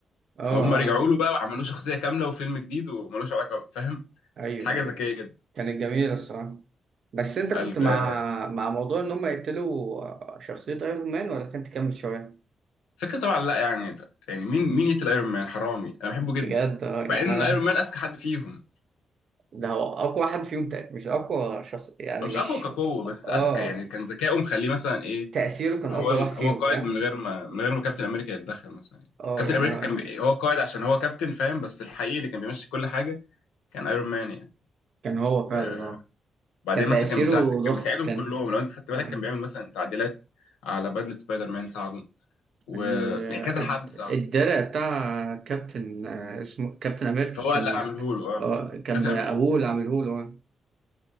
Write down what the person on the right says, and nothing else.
اه
اه
ايوه
ايوه
كانت جميلة الصراحة بس انت كنت
مع
مع موضوع ان هم يقتلوا شخصية ايرون مان ولا كنت تكمل شوية
بجد اه يعني
انا
ده هو اقوى واحد فيهم تق- مش اقوى شخص يعني
مش
اه
تأثيره كان
اكبر
واحد فيهم
فاهم
اه
يعني
هو
كان هو فعلا
اه
كان تأثيره
ضخم
كان
آه.
ال-
الد-
الدرع بتاع كابتن آه، اسمه كابتن امريكا
كان
اه
كان
ابوه
اللي عامله له آه.